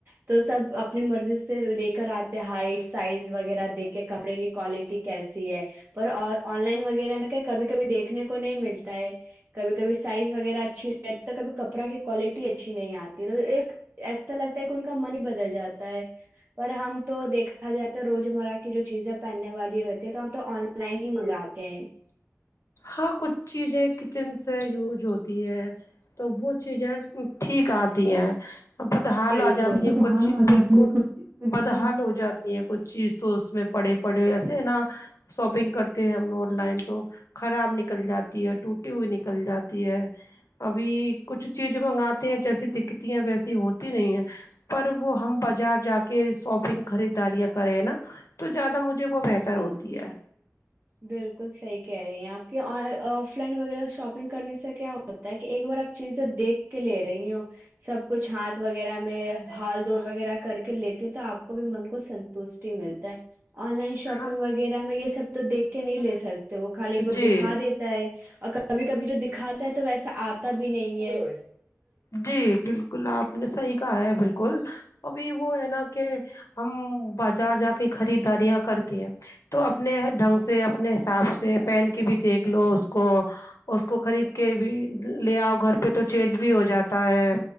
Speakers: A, on the right; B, on the left.
A: تو سب اپنی مرضی سے لے کر آتے ہائٹ سائز وغیرہ دیک کے کپڑے کی کوالٹی کیسی ہے پر آن لائن وغیرہ میں کیا کبھی کبھی دیکھنے کو نہیں ملتا ہے کبھی کبھی سائز وغیرہ اچھی رہتی تو کبھی کپڑا کی کوالٹی اچ اچھی نہیں آتی تو ایک ای لگتا ہے کہ ان کا من ہی بدل جاتا ہے پر ہم تو دیکھا جائے تو روزمرہ کی جو چیزیں پہنے والی رہتی ہے تو ہم تو آن لائن ہی منگاتے کہ
B: ہاں کچھ چیزیں کچن سے یوز ہوتی ہے تو وہ چیزیں ٹھیک آتی ہیں بدحال
A: بالکل
B: آ جاتی
A: ڈھال
B: ہے کچھ چی
A: آ
B: بالکل
A: جاتا ہے بالکل
B: بدحال ہو جاتی ہے کچھ چیز تو اس میں پڑے پڑے ایسے ہے نا شاپنگ کرتے ہیں ہم لو آ لائن تو خراب نکل جاتی ہے ٹوٹی ہوئی نکل جاتی ہے ابھی کچھ چیز منگاتے ہیں جیسی دکھتی ہیں ویسی ہوتی نہیں ہے پر وہ ہم بازار جا کے شاپنگ خریداریاں کرے ہیں نا تو زیادہ مجھے وہ بہتر ہوتی ہے
A: بالکل صحی کہہ رہی ہیں آپ کہ آف لائن وغیرہ شاپنگ کرنے سے کیا ہوتا ہے کہ ایک بار آپ چیزیں دیکھ کے لے رہی ہو سب کچھ ہاتھ وغیرہ میں ہھال دور وغیرہ کر کے لیتی ہ تو آپ کو بھی من کو سنتوشٹی ملتا ہے آن لائن شاپنگ
B: ہاں
A: وغیرہ میں سب تو دیکھ کے نہیں لے سر تو وہ خالی ایک بار
B: جی
A: دکھا دیتا ہے اور کبھی کبھی جو دکھاتا ہے تو ویسا آتا بھی نہیں ہے
B: جی بالکل آپ نے صحیح ہے بالکل ابھی وہ ہے نا کہ ہم بازار جا کے خریداریاں کرتی ہیں تو اپنے ڈھنگ سے اپنے حساب سے پہن کے بھی دیکھ لو اس کو اس کو خرید کے بھی لے آؤ گھر پہ تو چینج بھی ہو جاتا ہے